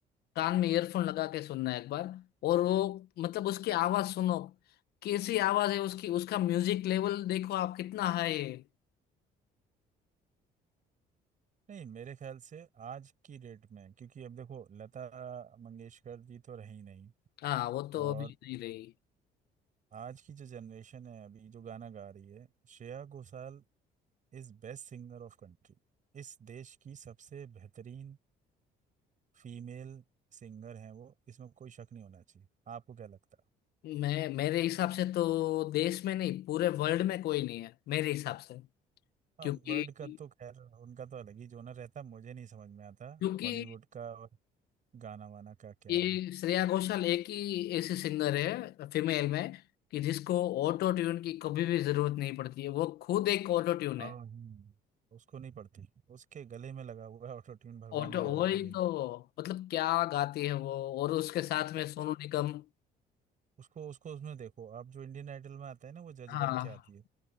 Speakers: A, on the left; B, on the right.
A: कान में ईयरफोन लगा के सुनना एक बार और वो मतलब उसकी आवाज सुनो कैसी आवाज है उसकी उसका म्यूजिक लेवल देखो आप कितना हाई है
B: नहीं मेरे ख्याल से आज की डेट में क्योंकि अब देखो लता मंगेशकर जी तो रही नहीं
A: हाँ वो तो
B: और
A: अभी नहीं रही
B: आज की जो जनरेशन है अभी जो गाना गा रही है Shreya Ghoshal is best singer of country इस देश की सबसे बेहतरीन फीमेल सिंगर हैं वो इसमें कोई शक नहीं होना चाहिए आपको क्या लगता है
A: मैं मेरे हिसाब से तो देश में नहीं पूरे वर्ल्ड में कोई नहीं है मेरे हिसाब से
B: हाँ
A: क्योंकि
B: वर्ल्ड का तो खैर उनका तो अलग ही जोनर रहता मुझे नहीं समझ में आता
A: क्योंकि
B: हॉलीवुड का और गाना वाना का क्या
A: ये
B: है
A: श्रेया घोषाल एक ही ऐसी सिंगर है फीमेल में कि जिसको ऑटो ट्यून की कभी भी जरूरत नहीं पड़ती है वो खुद एक ऑटो ट्यून
B: हाँ
A: है
B: हम्म, उसको नहीं पड़ती उसके गले में लगा हुआ है ऑटो ट्यून भगवान
A: ऑटो
B: ने लगा
A: वही
B: के भेजा
A: तो मतलब क्या गाती है वो और उसके साथ में
B: उसको
A: सोनू निगम
B: उसको उसको उसमें देखो आप जो इंडियन आइडल में आता है ना वो जज
A: हाँ
B: बन के आती है